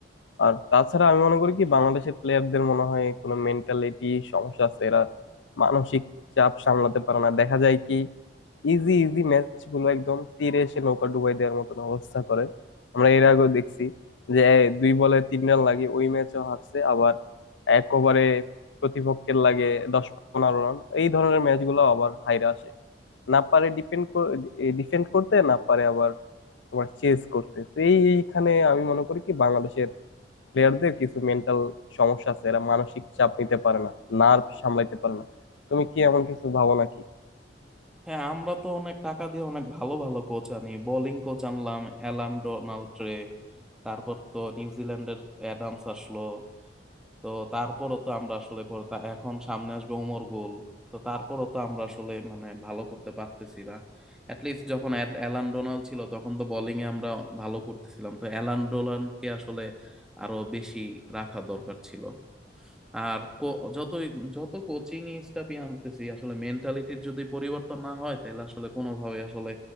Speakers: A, on the left; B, in the centre.
A: আর তাছাড়া আমি মনে করি কি বাংলাদেশের প্লেয়ারদের মনে হয় কোনো মেন্টালিটি সমস্যা আছে এরা মানসিক চাপ সামলাতে পারে না দেখা যায় কি ইজি ইজি ম্যাচ গুলো একদম তীরে এসে নৌকা ডুবাই দেওয়ার মতন অবস্থা করে আমরা এর আগেও দেখছি যে এ, দুই বলে তিন রান লাগে ওই ম্যাচও হারছে আবার এক ওভারে প্রতিপক্ষের লাগে দশ পনেরো রান এই ধরনের ম্যাচগুলো আবার হাইরা আসে না পারে ডিপেন্ড ডিফেন্ড করতে না পারে আবার তোমার চেস করতে তো এইখানে আমি মনে করি কি বাংলাদেশের প্লেয়ারদের কিছু মেন্টাল সমস্যা আছে এরা মানসিক চাপ নিতে পারে না নার্ভ সামলাইতে পারে না তুমি কি এমন কিছু ভাবো নাকি
B: হ্যাঁ আমরা তো অনেক টাকা দিয়ে অনেক ভালো ভালো কোচ আনি বোলিং কোচ আনলাম অ্যালান ডোনাল্ড ট্রে তারপর তো নিউজিল্যান্ডের অ্যাডামস আসলো তো তারপরও তো আমরা আসলে কর- তা এখন সামনে আসবে ওমর গোল তো তারপরও তো আমরা আসলে মানে ভালো করতে পারতেছি না অ্যাটলিস্ট যখন অ্যাল- অ্যালান ডোনাল্ড ছিল তখন তো বোলিং এ আমরা ভালো করতেছিলাম তো অ্যালান ডোনাল্ডকে আসলে আরো বেশি রাখা দরকার ছিল আর কো- যতই যত কোচিং স্টাফই আনতেছি আসলে মেন্টালিটির যদি পরিবর্তন না হয় তাহলে আসলে কোনোভাবে আসলে